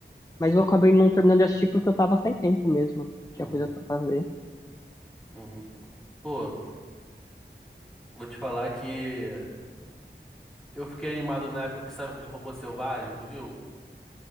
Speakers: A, in the centre; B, on the left.
A: Sim.
B: mas eu acabei não terminando de assistir porque eu tava sem tempo mesmo. Tinha
A: Uhum.
B: coisa pra fazer.
A: Uhum. Pô, vou te falar que eu fiquei animado na época que sabe aquele robô selvagem, tu viu?